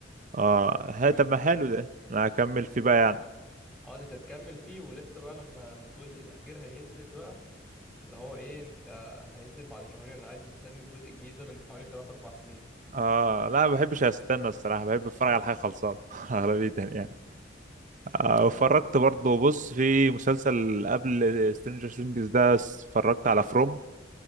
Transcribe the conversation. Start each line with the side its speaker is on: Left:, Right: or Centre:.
Right: اه
Centre: حرفيا
Right: ها طب ما حلو ده انا هكمل فيه بقى يعني
Centre: اه ده تتكمل فيه ولسه بقى لما الجزء الاخير هينزل بقى اللي هو ايه انت هينزل بعد شهرين انا قاعد مستني الجزء الجديد ده من حوالي 3 4 سنين
Right: اه لا ما بحبش استنى الصراحه بحب اتفرج على حاجه خلصانه <laughs> اغلبيه
Centre: مم.
Right: يعني آه، واتفرجت برضه بص في مسلسل قبل سترينجر ثينجز ده اتفرجت على فروم